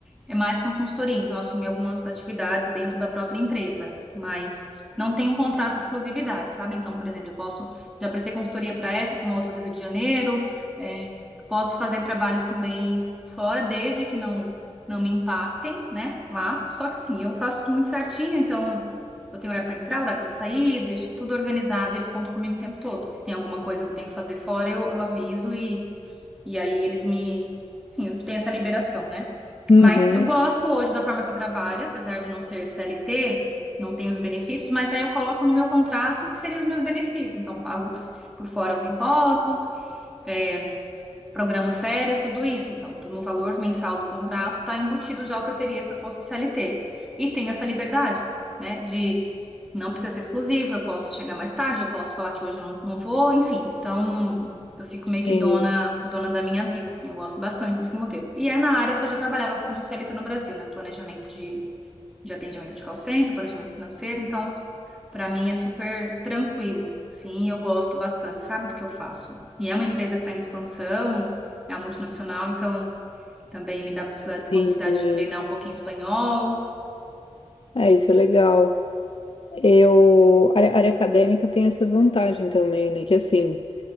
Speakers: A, in the centre; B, on the left.
A: É mais uma consultoria, então eu assumi algumas atividades dentro da própria empresa, mas não tem um contrato de exclusividade, sabe? Então, por exemplo, eu posso, já prestei consultoria para essa, para uma outra do Rio de Janeiro, é, posso fazer trabalhos também fora, desde que não, não me impactem, né? Lá. Só que assim, eu faço tudo muito certinho, então eu tenho horário para entrar, horário para sair, deixo tudo organizado, eles contam comigo o tempo todo. Se tem alguma coisa que eu tenho que fazer fora, eu, eu aviso e aí eles me. Sim, eu tenho essa liberação, né?
B: uhum,
A: Mas eu gosto hoje da forma que eu trabalho, apesar de não ser CLT, não tenho os benefícios, mas aí eu coloco no meu contrato que seriam os meus benefícios. Então, pago por fora os impostos, é, programa férias, tudo isso. Então, tu- no valor mensal do contrato está embutido já o que eu teria se eu fosse CLT. E tem essa liberdade, né, de não precisa ser exclusivo, eu posso chegar mais tarde, eu posso falar que hoje eu não, não vou, enfim. Então, eu fico
B: sim,
A: meio que dona, dona da minha vida, assim, eu gosto bastante desse modelo. E é na área que eu já trabalhava como CLT no Brasil, né, planejamento de, de atendimento de call center, planejamento financeiro, então para mim é super tranquilo. Sim, eu gosto bastante, sabe do que eu faço? E é uma empresa que está em expansão, é uma multinacional, então também me dá possi- possibilidade
B: sim.
A: de treinar um pouquinho espanhol.
B: É, isso é legal. Eu, a área área acadêmica tem essa vantagem também, né? Que assim,